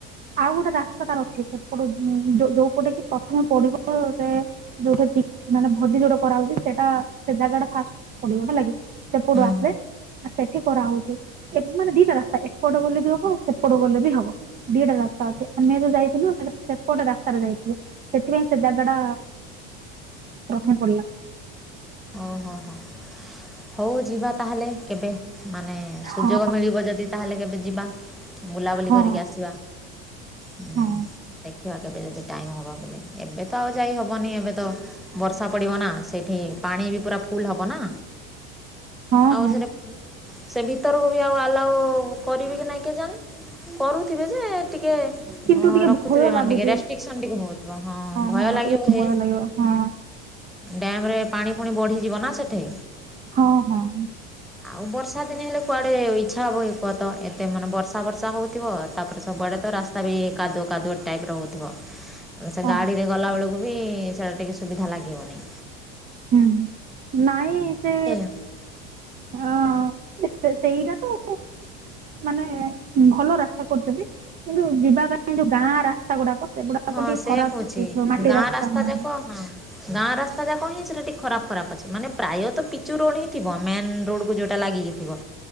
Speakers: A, on the right; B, in the centre.
A: ଆଉ ଗୋଟେ ରାସ୍ତା ତାର ଅଛି ସେପଟୁ ଉଁ, ଯୋଉପଟେ କି ପ୍ରଥମେ ପଡିବ ସେ ଯୋଉଟା କି ମାନେ ଭୋଜି ଯୋଉଠେ କରା ହଉଛି, ସେଟା ସେ ଜାଗା ଟା ଫାଷ୍ଟ୍ ପଡିବ ହେଲାକି, ସେପଟୁ
B: ହୁଁ
A: ଆସିଲେ
B: ହୁଁ
A: ଆ ସେଠି କରାହଉଛି। ଏ ବେ ମାନେ ଦିଟା ରାସ୍ତା, ଏପଟ ଗଲେ ବି ହବ ଆ ସେପଟେ ଗଲେ ବି ହବ। ଦିଟା ରାସ୍ତା ଅଛି, ଆମେ ଯୋଉ ଯାଇଥିଲୁ ସେପଟେ ରାସ୍ତାରେ ଯାଇଥିଲୁ। ସେଥିପାଇଁ ସେ ଜାଗଡା ପ୍ରଥମେ ପଡିଲା।
B: ଓ ହୋ, ହୋ। ହଉ ଯିବା ତାହେଲେ କେବେ, ମାନେ ସୁଯୋଗ
A: ହଁ
B: ମିଳିବ ଯଦି ତାହେଲେ କେବେ ଯିବା? ବୁଲାବୁଲି
A: ହଁ
B: କରିକି ଆସିବା। ହୁଁ
A: ହଁ
B: ଦେଖିବା କେବେ ଯଦି ଟାଇମ୍ ହେବ ବେଲେ? ଏବେ ତ ଆଉ ଯାଇ ହବନି ଏବେ ତ ବର୍ଷା ପଡିବ ନା, ସେଇଠି ପାଣି ବି ପୁରା ଫୁଲ ହବ ନା।
A: ହଁ
B: ଆଉ
A: ହଁ
B: ଥରେ ସେ ଭିତରକୁ ବି ଆଉ ଆଲାଉ କରିବି କି ନାଇଁ କେ ଜାଣି କରୁଥିବେ ଯେ ଟିକେ ଅ
A: କିନ୍ତୁ ଟିକେ
B: ରଖୁଥିବେ
A: ଭୟ
B: ମାନେ
A: ଲାଗୁଛି
B: ଟିକେ ରେଷ୍ଟ୍ରିକସନ ଟିକେ ହଉଥିବ ହଁ ଭୟ
A: ହଁ
B: ଲାଗିବ
A: ଟିକେ
B: ହେ।
A: ଭୟ ଲାଗିବ ହଁ
B: ଡ୍ୟାମ୍ ରେ ପାଣି ପୁଣି ବଢିଯିବ ନା ସେଠି।
A: ହଁ, ହଁ।
B: ଆଉ ବର୍ଷା ଦିନେ ହେଲେ କୁଆଡେ ଇଚ୍ଛା ହବ ହେ କୁହ ତ ଏତେ ମାନେ ବର୍ଷା ଫର୍ଷା ହଉଥିବ ତାପରେ। ସବୁ ଆଡେ ତ ରାସ୍ତା ବି କାୁଦୁଅ କାୁଦୁଆ ଟାଇପ୍ ର ହଉଛି। ସେ
A: ହଁ
B: ଗାଡ଼ିରେ ଗଲାବେଳକୁ ବି ସେଇଟା ଟିକେ ସୁବିଧା ଲାଗିବନି।
A: ହୁଁ, ହୁଁ, ନାଇଁ ସେ
B: <inaudible>
A: ହଁ ସେ -ସେଇଟା ତ ମାନେ ଭଲ ରାସ୍ତା କରୁଛନ୍ତି କିନ୍ତୁ ଯିବା ପାଇଁ ଯୋଉ ଗାଁ ରାସ୍ତା ଗୁଡାକ ସେଗୁଡାକ
B: ହଁ
A: ଟିକେ
B: ସେଇଆ
A: ଖରାପ
B: କହୁଛି
A: ହେଇଥିବ ମାଟି
B: ଗାଁ ରାସ୍ତା
A: ହଁ
B: ଯାକ ହଁ ଗାଁ ରାସ୍ତା ଯାକ ହିଁ ସେଟା ଟିକେ ଖରାପ୍ ଖରାପ୍ ଅଛି ମାନେ ପ୍ରାୟତ ପିଚୁ ରୋଡ ଥିବ ମେନ୍ ରୋଡୁ କୁ ଯୋଉଟା ଲାଗିକି। ଥିବ